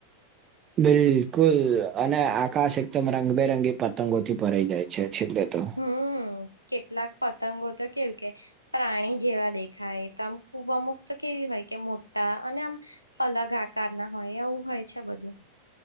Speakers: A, on the right; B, on the left.
A: બિલકુલ અને આકાશ એકદમ રંગબેરંગી પતંગો થી ભરાઈ જાય છે છેલ્લે તો.
B: હમ્મ કેટલાક પતંગો તો કેવું કે, પ્રાણી જેવા દેખાય. તો આમ ખૂબ અમુક તો કેવી હોય કે મોટા અને આમ અલગ આકાર ના હોય એવું હોય છે બધું.